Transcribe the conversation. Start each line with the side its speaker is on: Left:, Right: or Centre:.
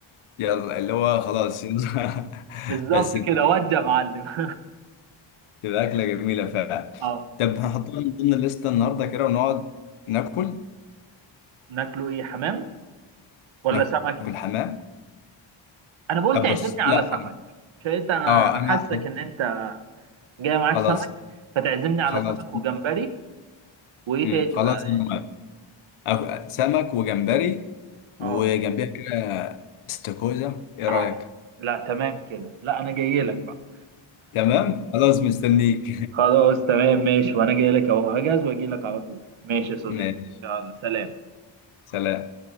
Left: يلا اللي هو خلاص <laughs> يلا.
Right: بالظبط
Left: بس
Right: كده ودي يا معلم <laughs>
Left: بتبقى اكله جميله فعلا
Right: اه
Left: طب هنحطها من ضمن الليسته النهارده كده ونقعد ناكل
Right: ناكله ايه حمام ولا
Left: ناكل
Right: سمك
Left: حمام
Right: انا بقول
Left: طب
Right: تعزمني
Left: بص
Right: على
Left: لا
Right: سمك مش انت انا
Left: اه انا
Right: حاسك ان انت جاي معاك
Left: خلاص
Right: سمك فتعزمني على
Left: خلاص
Right: سمك وجمبري وايه
Left: مم.
Right: تاني
Left: خلاص
Right: بقى
Left: انا
Right: يعني
Left: موافق. أف- سمك وجمبري
Right: اه
Left: وجنبيها كده استاكوزا ايه
Right: اه
Left: رايك
Right: لا تمام كده لا انا جاي لك بقى
Left: تمام خلاص مستنيك
Right: خلاص تمام ماشي وانا جاي لك اهو هجهز واجي لك على طول ماشي يا صديقي
Left: <laughs> ماشي
Right: يلا سلام
Left: سلام